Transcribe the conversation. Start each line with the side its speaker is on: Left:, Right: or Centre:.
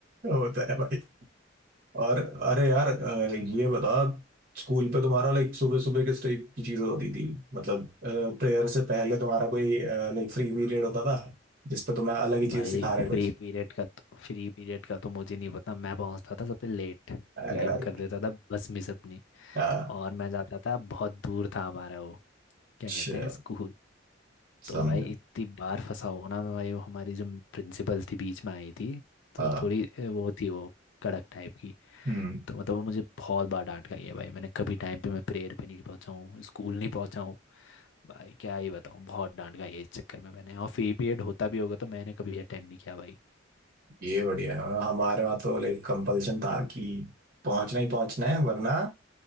Right: वो तो है भाई और अरे यार अ, ये बता स्कूल पे तुम्हारा लाइक सुबह सुबह किस टाइप की चीजें होती थी मतलब प्रेयर से पहले तुम्हारा कोई लाइक फ्री पीरियड होता था जिसपे तुम्हें अलग ही चीजें
Left: भाई
Right: सिखा रहे कुछ
Left: फ्री पीरियड का तो फ्री पीरियड का तो मुझे नहीं पता मैं पहुंचता था सबसे लेट क्योंकि
Right: अरे भाई
Left: मैं कर देता था बस मिस अपनी
Right: हाँ,
Left: और मैं जाता था बहुत दूर था हमारा वो क्या
Right: अच्छा
Left: कहते हैं स्कूल तो
Right: समझो
Left: भाई इतनी बार फंसा हुआ ना मैं भाई वो हमारी जो प्रिंसिपल थी बीच में आई थी तो
Right: हाँ
Left: थोड़ी अ, वो थी वो कड़क टाइप की
Right: हम्म।
Left: तो मतलब वो मुझे बहुत बार डांट गई है भाई मैंने कभी टाइम पे मैं प्रेयर पे नहीं पहुंचा हूँ स्कूल नहीं पहुंचा हूँ भाई क्या ही बताऊँ बहुत डांट गई है इस चक्कर में मैंने और फ्री पीरियड होता भी होगा तो मैंने कभी अटेंड नहीं किया भाई
Right: ये बढ़िया है। हमारे वहाँ तो लाइक कंपल्सन था कि पहुंचना ही पहुंचना है वरना